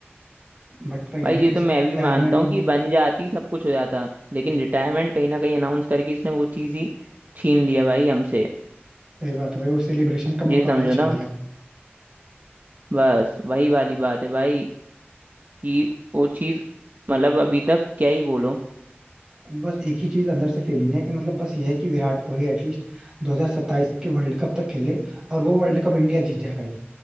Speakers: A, on the right (about 20°); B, on the right (about 45°).
A: बट भाई है
B: भाई
A: ना
B: ये
A: कि इसकी
B: तो मैं
A: रिटायरमेंट
B: भी मानता हूँ कि बन जाती सब कुछ हो जाता लेकिन रिटायरमेंट कहीं ना कहीं अनाउंस करके इसने वो चीज ही छीन लिया भाई हमसे
A: सही बात है भाई वो सेलिब्रेशन का
B: ये
A: मौका
B: समझो
A: हमसे छीन
B: ना
A: लिया
B: बस वही वाली बात है भाई कि वो चीज मतलब अभी तक क्या ही बोलो
A: बस एक ही चीज अंदर से फीलिंग है कि मतलब बस ये है कि विराट कोहली एटलीस्ट 2027 के वर्ल्ड कप तक खेले और वो वर्ल्ड कप इंडिया जीत जाए भाई